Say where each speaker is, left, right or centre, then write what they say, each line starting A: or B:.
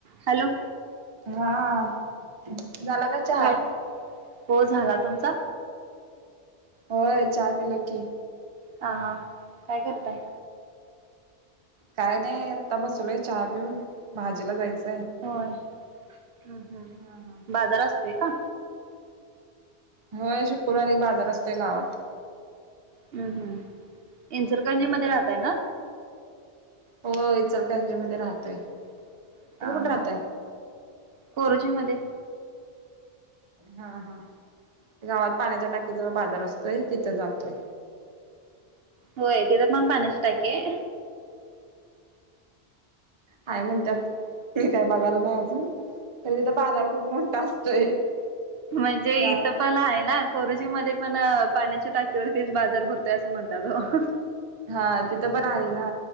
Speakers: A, on the right; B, on the right.
A: Hello
B: हा झाला का चहा
A: काय हो झाला तुमचा
B: होय, चहा पिलो की,
A: हा हा, काय करताय.
B: काय नाही, आता बसलोय चहा पिऊन, भाजीला जायचय
A: होय, हम्म, हम्म
B: हा हा
A: बाजार असतोय का.
B: होय शुक्रवारी बाजार असतोय गावात,
A: हम्म, हम्म इनचलकंरजी
B: गावात
A: मध्ये राहतय
B: जाता.
A: ना.
B: हो ईचल करजी मध्ये राहतोय,. तुम्ही
A: अ,
B: कुठे राहताय
A: ह कोरोची मध्ये.
B: हा, हा, गावात पाण्याच्या टाकी जवळ बाजार. सतोय, तिथं जातोय.
A: होय, तिथं पण पान्याची टाकीय
B: हाय म्हणत्यात, मी काय बघायला नाही अजून तर तिथं बाजार खूप मोठा असतोय,
A: म्हणजे
B: या
A: इथं पण आहे ना कोरोची मध्ये पण पाण्याच्या टाकीवरतीच बाजार भरतोय असं म्हणतात होऽऽ
B: हा तिथं पण आहे ना,